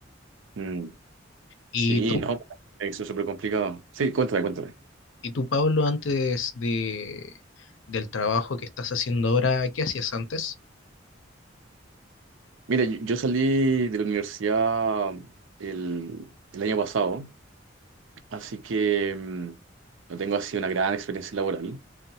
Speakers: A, on the right (about 85°); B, on the left (about 80°).
A: Mm.
B: ¿Y
A: Sí,
B: tú
A: no, eso es súper complicado. Sí, cuéntame, cuéntame.
B: Y tú, Pablo, antes de, del trabajo que estás haciendo ahora, ¿qué hacías antes?
A: Mira, yo yo salí de la universidad mm, el, el año pasado, así que mm, no tengo así una gran experiencia laboral,